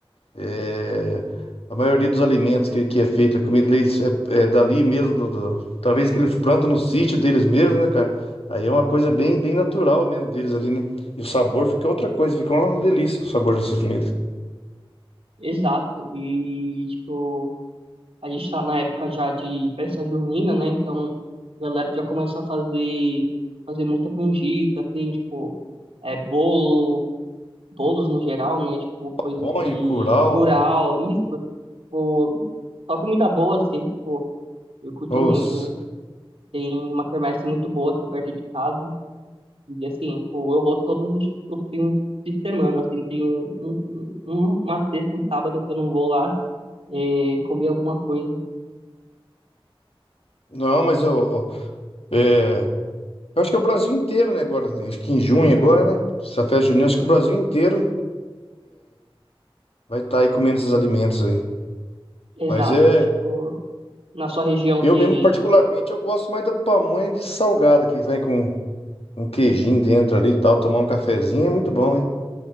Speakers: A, on the left; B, on the right.
A: É, a maioria dos alimentos que, que é feita, a comida deles é, é dali mesmo, do, do- talvez que eles plantam no sítio deles mesmo, né, cara? Aí é uma coisa bem, bem natural mesmo deles ali, né? E o sabor fica outra coisa, fica uma delícia o sabor dessas comidas.
B: Exato. E, tipo, a gente tá na época já de festa junina, né? Então, a galera já começa a fazer, fazer muita canjica, assim, tipo, é, bolo bolos no geral, né? Tipo, coisas
A: Pamonha,
B: que.
A: curau,
B: Curau,
A: né?
B: isso, Tipo, só comida boa, assim, tipo, eu curto
A: Nossa.
B: muito. Tem uma quermesse muito boa aqui perto de casa. E, assim, tipo, eu vou todos os, os fins de semana, assim, tem um, um- um- uma sexta, um sábado que eu não vou lá eh, comer alguma coisa.
A: Não, mas eu, é, eu acho que é o Brasil inteiro, né, agora, né? acho que em junho agora, né? Essa festa junina, acho que o Brasil inteiro vai estar aí comendo esses alimentos aí.
B: Exato,
A: Mas é,
B: tipo, na sua região
A: eu
B: tem,
A: mesmo particularmente, eu gosto mais da pamonha de salgada que vem com um queijinho dentro ali e tal, tomar um cafezinho é muito bom, hein?